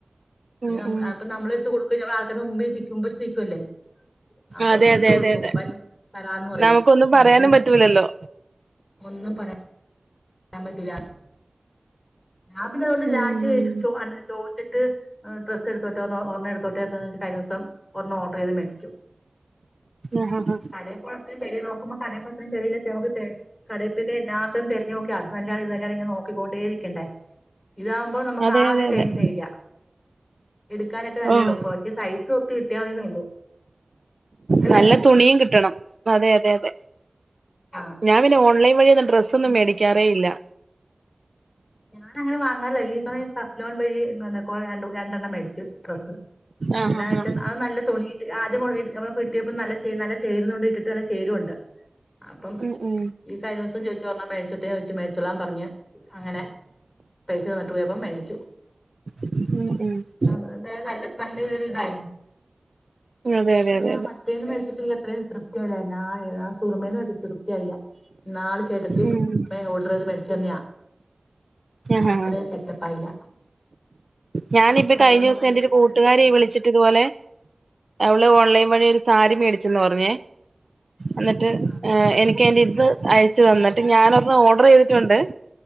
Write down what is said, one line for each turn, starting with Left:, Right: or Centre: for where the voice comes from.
Left: പിന്നെ
Right: ഉം
Left: നമ്മ
Right: ഉം
Left: അപ്പ നമ്മള് എടുത്ത് കൊടുക്കില്ലേ ആൾക്കാര്ടെ മുമ്പി നിക്കുമ്പം <unintelligible> അപ്പം
Right: അതെ
Left: എടുത്തു
Right: അതെ
Left: കൊടുക്കും
Right: അതെ അതെ
Left: ബൻ തരാന്ന് പറയും
Right: നമുക്കൊന്നും
Left: എന്നിട്ട്
Right: പറയാനും പറ്റൂലല്ലോ
Left: ഒന്നും പറ യാൻ പറ്റൂല ഞാൻ പിന്നെ അതുകൊണ്ട്
Right: ഉം
Left: ലാസ്റ്റ് ചോൻ ചോയ്ച്ച്ട്ട് ആഹ് ഡ്രസ് എടുത്തോട്ടെ ഒരെണ്ണം എടുതോട്ടേന്ന് കഴിഞ്ഞിസം ഒരെണ്ണം ഓർഡറ് ചെയ്ത് മേടിക്കും
Right: ആഹാ ഹാഹ്
Left: കടേ പോയപ്പം വെലെ നോക്കുമ്പം കടേത്തത്രയും വിലല്ല <unintelligible> കടെ പോയ് കഴിഞ്ഞ എല്ലാതും തെരഞ്ഞു നോക്കി അത് നല്ലതാ ഇത് നല്ലതാ ഇങ്ങനെ നോക്കിക്കൊണ്ടേ ഇരിക്കണ്ടേ ഇതാവുമ്പോ നമ്മുക്ക്
Right: അതെ
Left: ആ
Right: അതെ
Left: ഒരു ടെൻഷൻ
Right: അതെ
Left: ഇല്ല എടുക്കാനൊക്കെ നല്ലേളുപ്പവാ
Right: ഓഹ്
Left: പക്ഷേ സൈസ് ഒത്ത് കിട്ടിയാതിന്നുള്ളു അല്ലേ
Right: നല്ല തുണിയും കിട്ടണം അതെ അതെ അതെ
Left: ആ
Right: ഞാൻ പിന്നെ ഓൺലൈൻ വഴി ഒന്ന് ഡ്രെസ്സൊന്നും
Left: നമുക്ക്
Right: മേടിക്കാറേ ഇല്ല
Left: ഞാൻ അങ്ങനെ വാങ്ങാറില്ല ഈ സമയം <unintelligible> വഴി എന്താണ് രണ്ട് രണ്ടെണ്ണം മേടിച്ചു ഡ്രസ്സ്
Right: ആഹ്
Left: എന്നാ
Right: ആഹ്
Left: വെച്ചാ
Right: ആഹ്
Left: അത് നല്ല തുണി ആദ്യം മു നമ്മ കിട്ടിയപ്പം നല്ല ചേ നല്ല ചേരുന്നുണ്ട് ഇട്ടിട്ട് നല്ല ശേലും ഇണ്ട് അപ്പം
Right: ഉം ഉം
Left: ഈ കഴിഞ്ഞ ദിവസം ചോദിച്ചു ഒരെണ്ണം മേടിച്ചോട്ടെ ചോദിച്ചു മേടിച്ചോളാൻ പറഞ്ഞു അങ്ങനെ പൈസ തന്നിട്ട് പോയപ്പം മേടിച്ചു
Right: ഉം ഉം
Left: അതായത് നല്ല നല്ലൊരുതായിരുന്നു <unintelligible>
Right: ഉം
Left: <unintelligible>
Right: അതെ അതെ അതെ അതെ
Left: സുറുമേന്ന് ഇടുത്തത് തൃപ്‌തി ആയില്ല ഇന്നാള് ചേട്ടത്തി
Right: ഉം
Left: വേ ഓർഡറ്യ്ത് മേടിച്ചന്നെയാ
Right: ആഹാ
Left: അത്രേം സെറ്റപ്പായില്ല
Right: ഞാനിപ്പ
Left: പറയുമ്പോ
Right: കഴിഞ്ഞിസം
Left: നല്ല
Right: എന്റൊരു കൂട്ടുകാരി
Left: നല്ല
Right: വിളിച് ച്ച് ഇതുപോലെ അവള് ഓൺലൈൻ വഴി ഒരു സാരി മേടിച്ചന്ന് പറഞ്ഞേ എന്നിട്ട്
Left: ആ
Right: ഏഹ് എനിക്കതിൻ്റേട്ത്ത് അയച്ചു തന്നിട്ട് ഞാൻ ഒരെണ്ണ ഓർഡർ ചെയ്തിട്ടുണ്ട്